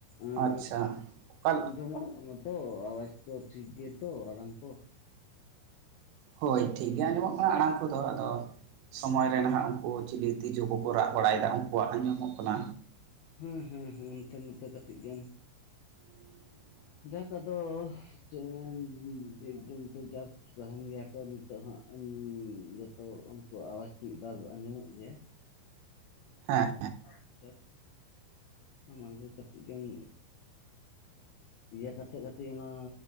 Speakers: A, on the left (about 80°); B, on the right (about 80°).
A: ᱩᱸᱜ
B: ᱟᱪᱪᱷᱟ ᱚᱠᱟ
A: ᱟᱡᱚᱢ ᱠᱟᱱᱟ᱾ ᱛᱚ ᱟᱣᱟᱡ ᱠᱚ ᱴᱷᱤᱠ ᱜᱮ ᱛᱚ ᱟᱲᱟᱝ ᱠᱚ?
B: ᱦᱳᱭ ᱴᱷᱤᱠ ᱜᱮ ᱟᱸᱡᱚᱢᱚᱜ ᱠᱟᱱᱟ ᱟᱲᱟᱝ ᱠᱚᱫᱚ ᱟᱫᱚ ᱥᱚᱢᱚᱭ ᱨᱮ
A: ᱦᱩᱸ
B: ᱱᱟᱦᱟᱸᱜ ᱩᱝᱠᱩ ᱪᱤᱞᱤ ᱛᱤᱡᱩ ᱠᱚᱠᱚ ᱨᱟᱜ ᱵᱟᱲᱟᱭᱫᱟ ᱩᱱᱠᱩᱣᱟᱜ ᱟᱸᱡᱚᱢᱚᱜ ᱠᱟᱱᱟ᱾
A: ᱦᱮᱸ ᱦᱮᱸ ᱦᱮᱸ ᱚᱱᱛᱮ ᱱᱚᱛ ᱠᱟᱹᱴᱤᱡ ᱜᱟᱱ
B: <unintelligible>
A: ᱡᱟᱠ ᱟᱫᱚ ᱪᱮᱜ ᱡᱤᱵ ᱡᱚᱱᱛᱩ ᱡᱟᱠ ᱛᱟᱦᱮᱸᱱ ᱜᱮᱭᱟ ᱠᱚ ᱱᱤᱛᱚᱜ ᱦᱟᱸᱜ ᱡᱚᱛᱚ ᱩᱱᱠᱩ ᱟᱣᱟᱡ ᱢᱤᱫ ᱵᱟᱨ ᱟᱸᱡᱚᱢᱚᱜ ᱜᱮᱭᱟ᱾
B: ᱦᱮᱸ
A: ᱟᱫᱚ ᱦᱟᱸᱜ <inaudible> ᱚᱱᱟᱜᱮ ᱠᱟᱹᱴᱤᱡ ᱜᱟᱱ ᱤᱭᱟᱹ ᱠᱟᱛᱮᱜ ᱠᱟᱹᱴᱤᱡ ᱚᱱᱟ